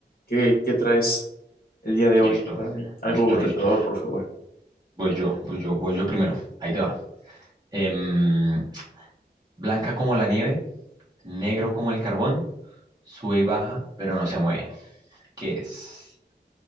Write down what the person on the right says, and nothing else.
Listo,
listo,
listo.
Voy yo, voy yo, voy yo primero. Ahí te va. Em, blanca como la nieve, negro como el carbón, sube y baja, pero no se mueve. ¿Qué es?